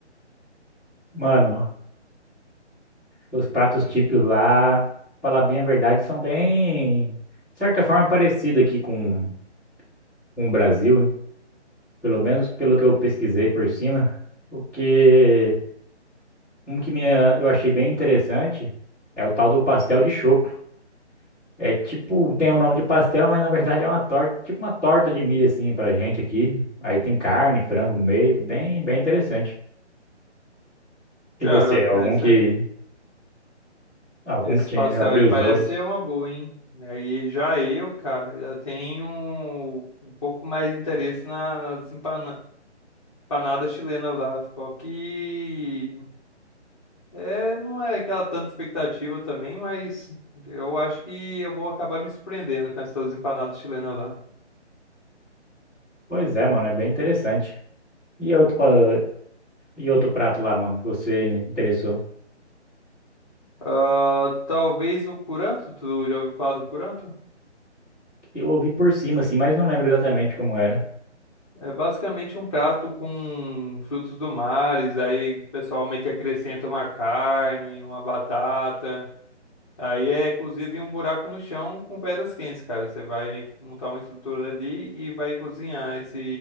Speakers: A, in the centre; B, on the left.
A: Mano, os pratos típicos lá, falar bem a verdade, são bem, de certa forma, parecidos aqui com, com o Brasil, pelo menos pelo que eu pesquisei por cima. Porque um que minha, eu achei bem interessante é o tal do pastel de choco. É tipo, tem o nome de pastel, mas na verdade é uma torta, tipo uma torta de milho assim pra gente aqui. Aí tem carne, frango no meio, que é bem, bem interessante.
B: Cara,
A: E você, algum
B: parece.
A: que, algum
B: Esse
A: que te
B: pastel
A: abriu
B: aí parece
A: os olhos?
B: ser uma boa, hein? Aí já eu, cara, já tenho um, um pouco mais de interesse na- nas empana- empanadas chilenas lá. Só que é, não é aquela tanta expectativa também, mas eu acho que eu vou acabar me surpreendendo com essas empanadas chilenas lá.
A: Pois é, mano, é bem interessante. E outro, pa- e outro prato lá, mano, que você interessou?
B: Ah, talvez o curanto, tu já ouviu falar do curanto?
A: Eu ouvi por cima assim, mas não lembro exatamente como era.
B: É basicamente um prato com frutos do mar, aí o pessoal meio que acrescenta uma carne, uma batata. Aí é cozido em um buraco no chão com pedras quentes, cara. Você vai meio que montar uma estrutura ali e vai cozinhar esse,